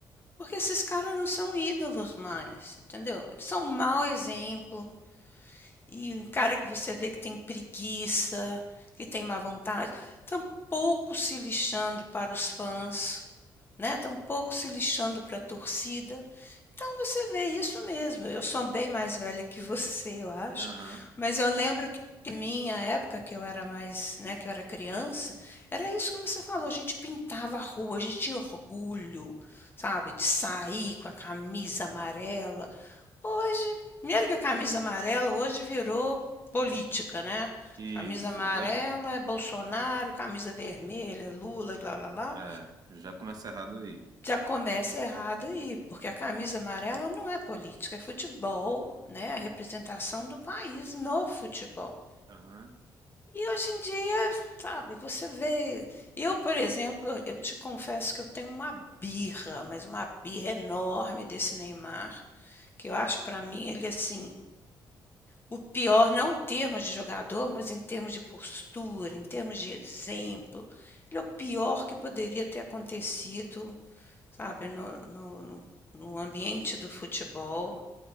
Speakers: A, on the left (about 30°); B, on the right (about 50°).
A: Porque esses caras não são ídolos mais, entendeu? Eles são um mau exemplo. E um cara que você vê que tem preguiça, que tem má vontade, tão pouco se lixando para os fãs, né? Tão pouco se lixando para a torcida. Então você vê, isso mesmo. Eu sou bem mais velha que você, eu acho,
B: Aham.
A: mas eu lembro que na minha época, que eu era mais, né, que eu era criança, era isso que você falou, a gente pintava a rua, a gente tinha orgulho, sabe, de sair com a camisa amarela. Hoje, primeiro que a camisa amarela hoje virou política, né?
B: Isso,
A: Camisa amarela
B: já.
A: é Bolsonaro, camisa vermelha é Lula, lá, lá, lá.
B: É, já começa errado aí.
A: Já começa errado aí, porque a camisa amarela não é política, é futebol, né? A representação do país no futebol.
B: Aham.
A: E hoje em dia, sabe, você vê. Eu, por exemplo, eu te confesso que eu tenho uma birra, mas uma birra enorme desse Neymar, que eu acho para mim ele assim, o pior não em termos de jogador, mas em termos de postura, em termos de exemplo. Ele é o pior que poderia ter acontecido sabe, no, no, no, no ambiente do futebol.